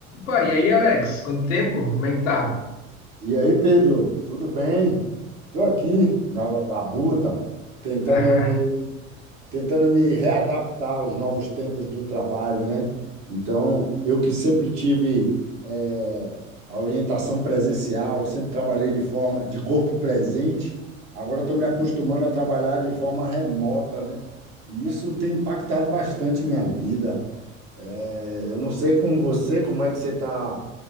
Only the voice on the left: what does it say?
Pô, e aí, Alex, quanto tempo? Como é que tá?
<laughs>